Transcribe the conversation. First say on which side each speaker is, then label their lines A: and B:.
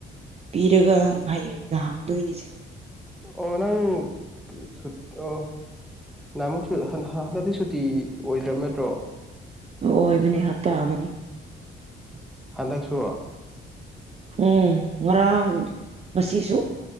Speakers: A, on the right; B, in the centre.
A: ꯄꯤꯔꯒ ꯍꯌꯦꯡꯗ ꯍꯪꯗꯣꯏꯅꯤꯁꯦ
B: ꯑꯣ ꯅꯪ ꯁ ꯑꯣ ꯅꯍꯥꯟ ꯑꯃꯨꯛ ꯍꯟꯗꯛꯇꯤ ꯁꯨꯇꯤ ꯑꯣꯏꯗ꯭ꯔꯕ ꯅꯠꯇ꯭ꯔꯣ
A: ꯑꯣꯏꯕꯅꯦ ꯍꯞꯇꯥ ꯑꯃꯅꯤ
B: ꯍꯟꯗꯛꯁꯨ
A: ꯎꯝ ꯉꯔꯥꯡ ꯉꯁꯤꯁꯨ